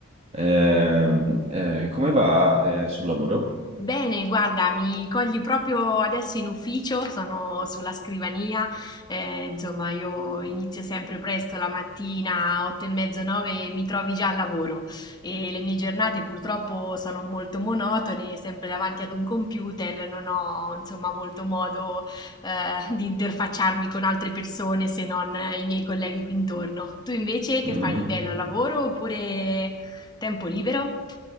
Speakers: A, on the right (about 30°); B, on the left (about 20°).
A: Ehm, eh, come va eh, sul lavoro?
B: Bene, guarda, mi cogli proprio adesso in ufficio, sono sulla scrivania, eh, insomma io inizio sempre presto la mattina, 8 e mezzo, 9 e mi trovi già al lavoro e le mie giornate purtroppo sono molto monotone, sempre davanti ad un computer, non ho insomma molto modo eh, di interfacciarmi con altre persone se non i miei colleghi qui intorno. Tu invece che
A: Mm,
B: fai di bello, lavoro oppure tempo libero?